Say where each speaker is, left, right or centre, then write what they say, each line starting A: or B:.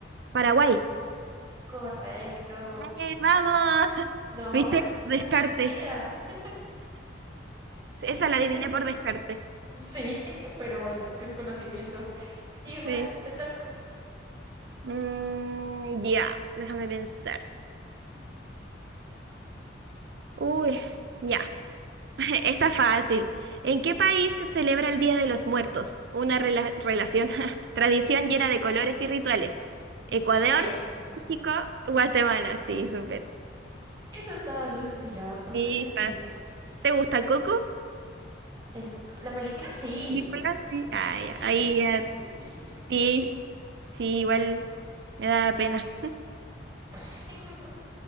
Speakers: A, on the right; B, on the right.
A: Paraguay.
B: Correcto.
A: ¡Ay, vamos! <laughs>
B: No,
A: ¿Viste?
B: pero no
A: Por
B: se
A: Descarte.
B: perdida.
A: Esa la adiviné
B: Te-
A: por descarte.
B: Sí, <laughs> pero bueno, es conocimiento. Igual
A: Sí.
B: te toca.
A: Mm, ya, déjame pensar. Uy, ya. <laughs> Está fácil. ¿En qué país se celebra el Día de los Muertos? Una rela- relación, <laughs> tradición llena de colores y rituales. Ecuador,
B: México.
A: México, Guatemala. Sí, súper.
B: Esa estaba sencilla, bastante
A: Sí,
B: sencilla.
A: fácil. ¿Te gusta Coco?
B: Mm, el- la película sí.
A: Película, sí. Ah, ya.
B: Ay,
A: Ahí
B: es muy triste,
A: ya.
B: sí.
A: Sí, sí, igual me da pena.
B: <laughs>